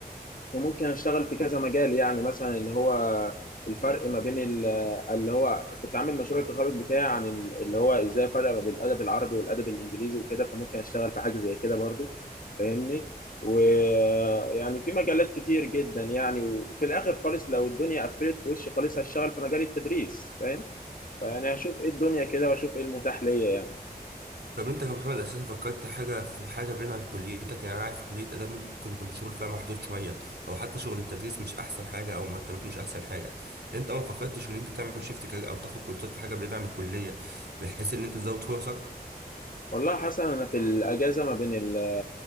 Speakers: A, on the left; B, on the right.
A: وممكن اشتغل في كذا مجال يعني مثلا اللي هو الفرق ما بين ال- اللي هو كنت عامل مشروع التخرج بتاعي عن ال- اللي هو ازاي افرق ما بين الادب العربي والادب الانجليزي وكده فممكن اشتغل في حاجه زي كده برضو فاهمني ويعني في مجالات كتير جدا يعني وفي الاخر خالص لو الدنيا قفلت في وشي خالص هشتغل في مجال التدريس فاهم فيعني هشوف ايه الدنيا كده واشوف ايه المتاح ليا يعني
B: طب انت كمحمد اساسا فكرت حاجه في حاجه بعيد عن كليتك يعني انا عارف كليه اداب ممكن يكون الشغل فيها محدود شويه او حتى شغل التدريس مش احسن حاجه او مرتبات مش احسن حاجه انت ما فكرتش ان انت تعمل شيفت كارير او تاخد كورسات في حاجه بعيد عن الكليه بحيث ان انت تزود فرصك
A: والله حسنا انا في الاجازه ما بين ال